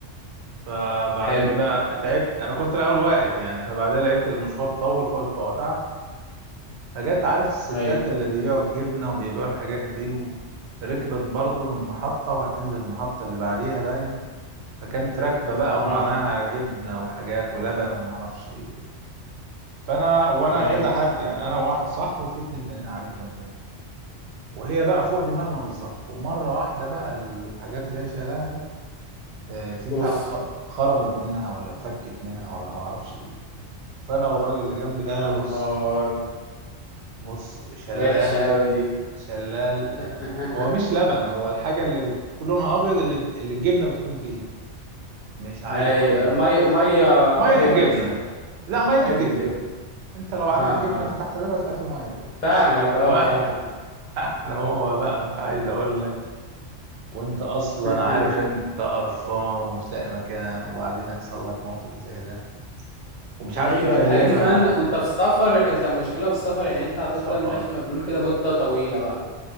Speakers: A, on the right; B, on the left.
A: فبعدين
B: حلو
A: بقى تعبت انا كنت الاول واقف يعني فبعدين لقيت المشوار طول فقلت اقعد قعدت فجت عارف الستات
B: ايوه
A: اللي بيبيعوا الجبنه وبيبيعوا الحاجات دي وركبت برضو من محطه وهتنزل المحطه اللي بعديها باين فكانت راكبه بقى ومعناها
B: اه
A: جبنه وحاجات ولبن وما اعرفش ايه وكده فانا وانا
B: ايوه
A: كذا حد يعني انا وواحد صاحبي وفي اتنين تانيين قاعدين جنبنا وهي بقى فوق دماغنا بالظبط ومره واحده بقى الحاجات اللي هي شايلاها دي آه، في بتاعه
B: اوف
A: خ- اتخرمت منها ولا اتفكت منها ولا ما اعرفش إيه. فانا والراجل اللي جنبي ده
B: يا نهار
A: بص بص شلال
B: وحشة أوي دي
A: شلال آه،
B: <laughs>
A: هو مش لبن هو الحاجه اللي بتكون لونها ابيض اللي, اللي الجبنه بتكون فيها مش عايز
B: أيوة
A: اقول لك بقى
B: مية مية
A: ميه
B: مية
A: الجبنه
B: وسخة كده
A: لا ميه
B: مية
A: الجبنه
B: الجبن <laughs>
A: انت لو عندك
B: آه آه.
A: جبنه فتحت اللبن هتلاقي فيه ميه كده
B: فاهمك أه
A: واحنا
B: فاهمك
A: <laughs> احنا هو بقى مش عايز اقول لك وانت اصلا
B: <laughs>
A: عارف انت قرفان ومش لاقي مكان وبعدين يحصل لك موقف زي ده ومش
B: أيوة
A: عارف تكلمها
B: الحاجات دي كمان وأنت في السفر أنت المشكلة في السفر يعني أنت هتفضل
A: في سفر
B: ماشي مبلول كده مدة طويلة بقى